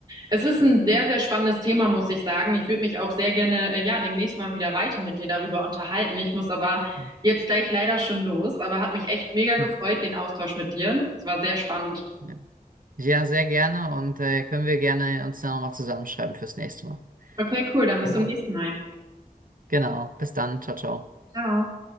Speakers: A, on the right; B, on the right.
A: Es ist
B: hm,
A: ein sehr, sehr spannendes Thema, muss ich sagen. Ich würde mich auch sehr gerne, äh, ja, demnächst mal wieder weiter mit dir darüber unterhalten. Ich muss aber
B: hm,
A: jetzt gleich leider schon los, aber hat mich echt mega gefreut,
B: hm.
A: den Austausch mit dir. Es war sehr spannend.
B: Ja, Ja, sehr gerne und äh, können wir gerne uns dann nochmal zusammenschreiben fürs nächste Mal.
A: Okay, cool, dann bis
B: Genau.
A: zum nächsten Mal.
B: Genau. Bis dann. Ciao, ciao.
A: Ciao.